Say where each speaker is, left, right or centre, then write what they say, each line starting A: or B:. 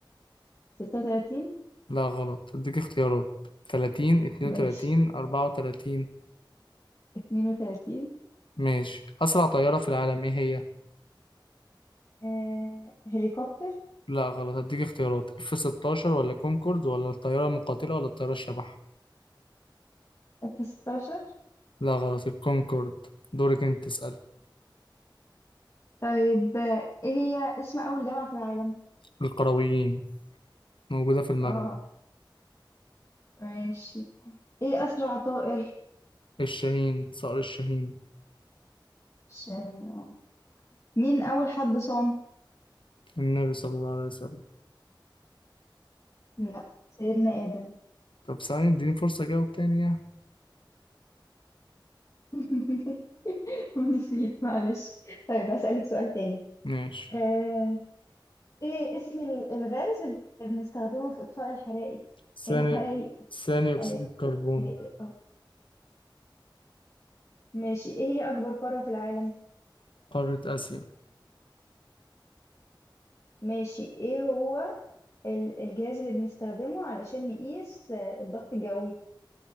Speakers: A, on the left; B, on the left.
A: 36
B: لا غلط أديك اختيارات 30 32
A: ماشي
B: 34
A: 32
B: ماشي أسرع طيارة في العالم إيه هي؟
A: آه، هليكوبتر
B: لا غلط هديك اختيارات اف 16 ولا كونكورد ولا الطيارة المقاتلة ولا الطيارة الشبح
A: في 16
B: لا غلط الكونكورد دورك انت تسأل
A: طيب آه، ايه هي اسم أول جامعة في العالم؟
B: القرويين موجودة في المغرب
A: اه ماشي ايه أسرع طائر؟
B: الشاهين صقر الشاهين
A: عشان اه مين أول حد صام؟
B: النبي صلى الله عليه وسلم
A: لا سيدنا آدم
B: طب ثانية اديني فرصة اجاوب تاني يعني
A: <laughs> نسيت معلش طيب أسألك سؤال تاني
B: ماشي
A: آه، ايه اسم ال- الغاز اللي بنستخدمه في إطفاء الحرائق
B: ثاني
A: الحرائق
B: ثاني اكسيد
A: حرائق
B: الكربون
A: حرائق اه ماشي ايه هي أكبر قارة في العالم؟
B: قارة اسيا
A: ماشي ايه هو ال- الجهاز اللي بنستخدمه علشان نقيس آه، الضغط الجوي